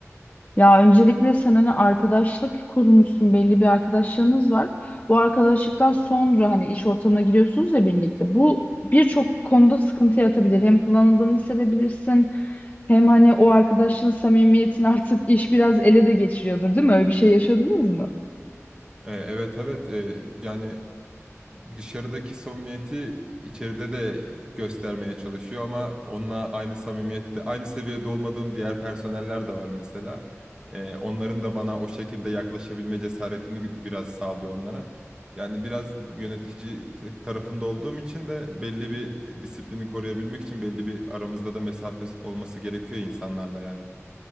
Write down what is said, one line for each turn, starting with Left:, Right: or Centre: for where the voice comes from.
Left: Ya öncelikle sen hani arkadaşlık kurmuşsun, belli bir arkadaşlığınız var. Bu arkadaşlıktan sonra hani iş ortamına giriyorsunuz ya birlikte. Bu birçok konuda sıkıntı yaratabilir. Hem kullanıldığını hissedebilirsin, hem hani o arkadaşlığın samimiyetini artık iş biraz ele de geçiriyordur, değil mi? Öyle bir şey yaşadınız mı?
Right: Ee, evet evet Ee, yani dışarıdaki samimiyeti içeride de göstermeye çalışıyor ama onunla aynı samimiyette, aynı seviyede olmadığım diğer personeller de var mesela. Ee, onların da bana o şekilde yaklaşabilme cesaretini biraz sağlıyor onlara. Yani biraz yönetici t- tarafında olduğum için de belli bir disiplini koruyabilmek için belli bir aramızda da mesafe olması gerekiyor insanlarla yani.